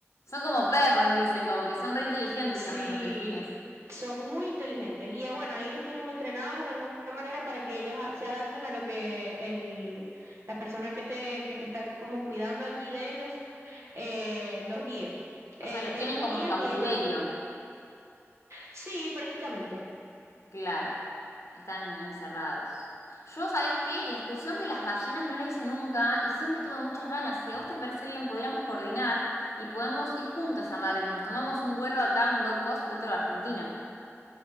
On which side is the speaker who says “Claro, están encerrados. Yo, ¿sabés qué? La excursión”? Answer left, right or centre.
Left